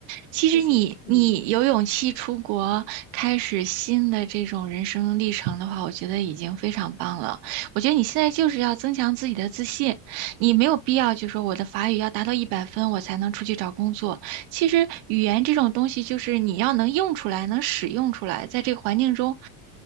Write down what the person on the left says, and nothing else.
就是嗯，